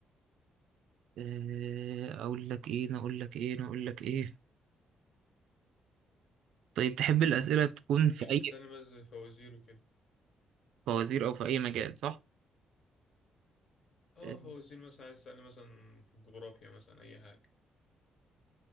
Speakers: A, on the right; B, on the left.
A: آه، اقول لك ايه أنا اقول لك ايه أنا اقول لك ايه طيب تحب الاسئله تكون
B: ممكن
A: في اي
B: تسألني مثلا فوازير وكده
A: فوازير او في اي مجال صح
B: اه
A: آه،
B: فوازير مثلا عايز تسألني مثلا في الجغرافيا مثلا اي حاجة